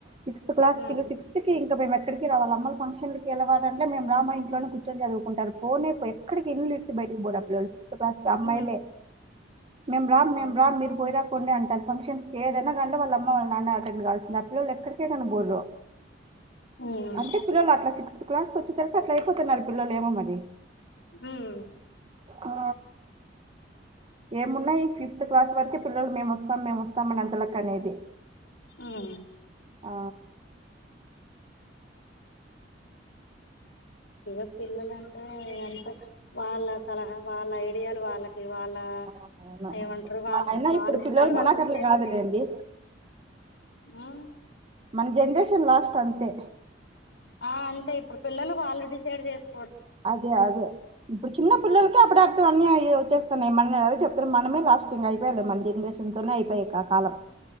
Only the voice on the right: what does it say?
సిక్స్త్ క్లాస్
పిల్ల సిక్స్త్ క ఇంకా మే ఎక్కడికి రాాలి అమ్మ ఫంక్షన్కి వెళ్ళాలంటేము రామ ఇంట్లో కూచని చదువుకుంటారు పోనే ఎక్కడికి ఇల్లు ఇచ బయటికీ ఫిఫ్త్ క్లాస్ అమ్మయిలే
రామ్ మే రామ్ మేమ్ రామ్ మీరు పోయరా అంటారు ఫంక్షన్స్ ఏదైనా కాంట వాళ్ళ అమ్మ వాళ్ళ నాన్న అడ్డండే కాల్సింది ఆ పిల్లలు ఎక్కడికేనా బోరు
అంటే పిల్లలు అట్లా సిక్స్త్ క్లాస్ కు వచ్చిన్ తర్వత అట్లా అయిపోతున్నారు పిల్లలు ఏమోమరి
ఆ ఏమున్నాయి ఫిఫ్త్ క్లాస్ వరకే పిల్లలు మేము వస్తాం మేము వస్తాం అని అంతలక్ అనేది
ఆ
అవునవును
అయినా
ఇప్పుడు పిల్లలు
మనకట్ల
కాదులేండి
మన జన్రేషన్ లాస్ట్ అంతే
అదే అదే ఇప్పుడు చిన్న పిల్లల్కి అప్పుడ అన్నీ అయ్యే వచ్చేస్తున్నాయ్ మనద చెప్తున్నా మనమే లాస్టింగ అయిపోయాంది మన జన్రేషన్ తోనే అయిపోయయి క కాలం